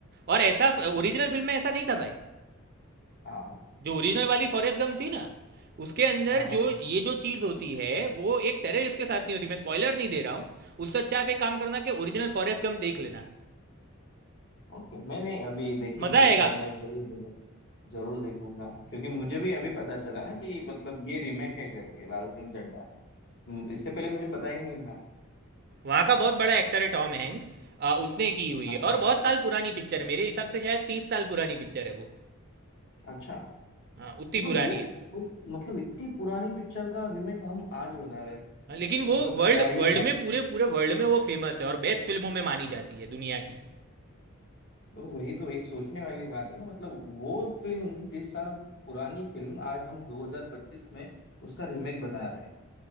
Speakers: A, on the right; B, on the left.
A: और ऐसा ओरिजिनल फिल्म में ऐसा नहीं था भाई
B: हाँ
A: जो ओरिजिनल वाली फॉरेस्ट गम थी ना उसके अंदर
B: हाँ हाँ
A: जो ये जो चीज़ होती है वो एक टेररिस्ट के साथ नहीं होती मैं स्पॉइलर नहीं दे रहा हूँ उससे अच्छा आप एक काम करना कि ओरिजिनल फॉरेस्ट गम देख लेना
B: ओके मैंने अभी देखी
A: मज़ा
B: नहीं
A: आएगा
B: है बट
A: आपको
B: मैं जरूर देखूँ जरूर देखूंगा क्योंकि मुझे भी अभी पता चला ना कि मतलब ये रीमेक है करके लाल सिंह चड्ढा हम्म, इससे पहले मुझे पता ही नहीं था
A: वहाँ का बहुत बड़ा एक्टर है टॉम हैंक्स आ, उसने की हुई
B: हाँ
A: है
B: हाँ।
A: और बहुत साल पुरानी पिक्चर है मेरे हिसाब से शायद तीस साल पुरानी पिक्चर है वो
B: अच्छा
A: हाँ उतनी
B: मतलब
A: पुरानी
B: वो
A: है
B: वो- मतलब इतनी पुरानी पिक्चर का रीमेक हम आज बना रहे हैं
A: हाँ, लेकिन वो
B: मतलब
A: वर्ल्ड
B: क्या ही
A: वर्ल्ड में पूरे पूरे वर्ल्ड में वो फेमस है और बेस्ट फिल्मों में मानी जाती है दुनिया की
B: तो वही तो एक सोचने वाली बात है ना मतलब वो फिल्म तीस साल पुरानी फिल्म आज हम 2025 में उसका रीमेक बना रहे हैं